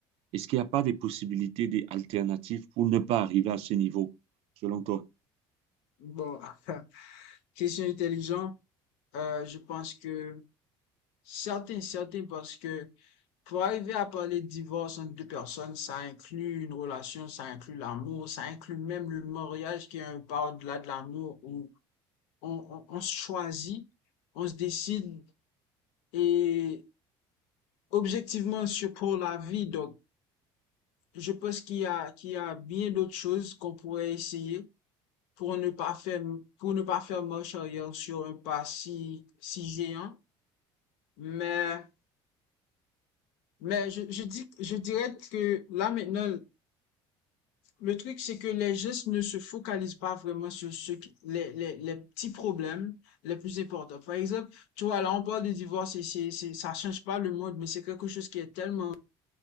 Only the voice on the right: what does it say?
Est-ce qu'il n'y a pas des possibilités, des alternatives pour ne pas arriver à ce niveau, selon toi?